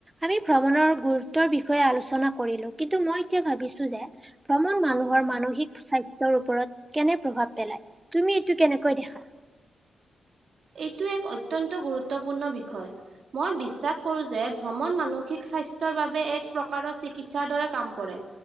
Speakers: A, on the right; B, on the right.
A: আমি ভ্ৰমণৰ গুৰুত্বৰ বিষয়ে আলোচনা কৰিলোঁ কিন্তু মই এতিয়া ভাবিছো যে ভ্ৰমণ মানুহৰ মানসিক স্বাস্থ্যৰ ওপৰত কেনে প্ৰভাৱ পেলায় তুমি এইটো কেনেকৈ দেখা?
B: এইটো এক অত্যন্ত গুৰুত্বপূৰ্ণ বিষয়। মই বিশ্বাস কৰো যে ভ্ৰমণ মানসিক স্বাস্থ্যৰ বাবে এক প্ৰকাৰৰ চিকিৎসাৰ দৰে কাম কৰে।